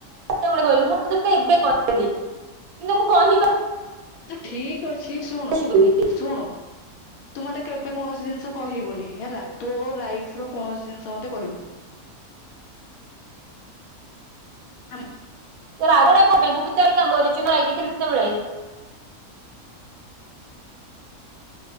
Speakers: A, on the right (about 75°); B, on the left (about 75°).
A: ତେବେଳେ କହିଲୁ ମୁଁ ତତେ ଏବେ କହିବି କିନ୍ତୁ ମୁଁ କହିବା
B: ତୁ ଠିକ ଅଛି ଶୁଣୁ
A: ଅଛି ବୋଲି।
B: ଶୁଣୁ ତୁ ମତେ କେବେ କୌଣସି ଜିନିଷ କହିବୁନି ହେଲା ତୋ ଲାଇଫ ର କୌଣସି ଜିନିଷ ମତେ କହିବୁନି।
A: <inaudible>
B: ଆମ
A: <unintelligible>